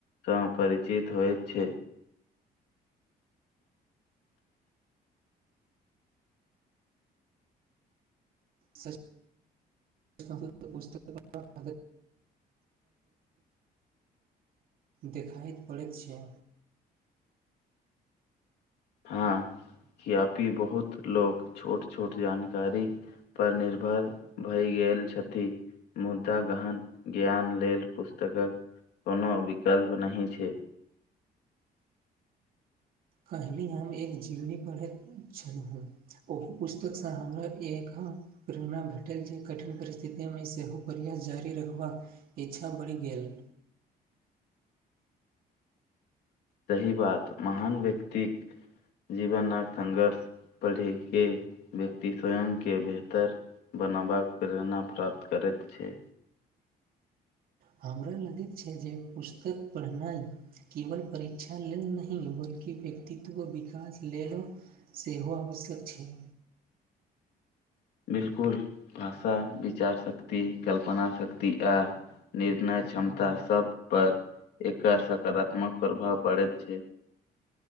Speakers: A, on the left; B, on the right.
A: स परिचित होइ छै
B: सच <inaudible> देखाइत पड़ैत छै
A: हँ य्यापि बहुत लोको छोट छोट जानकारी पर निर्भर भय गे गेल छथि मुदा गहन ज्ञान लेल पुस्तकक कोनो विकल्प नहिह छै
B: कहली हम एक जीवनी पढ़ैत छलहु हूँ ओहि पुस्तकसँ हमरा एक प्रेरणा भेटल जे कठिन परिस्थितिमे सेहो प्रयास जारी रखबाक इच्छा बढ़ी गेलल
A: सही बात महान व्यक्तिक जीवनक संघर्ष पढ़े के व्यक्ति स्वयं के बेहतर बनबाक प्रेरणा प्राप्त करैत छै
B: हमरा लगैत छै जे पुस्तक पढ़नाइ केवल परीक्षा लेल नहिह होइ की व्यक्तित्व विकास लेल सेहो आवश्यक छै
A: बिलकुल भाषा विचार शक्ति कल्पना शक्ति आ निर्णय क्षमता सब पर एक सकारात्मक प्रभाव पड़े छै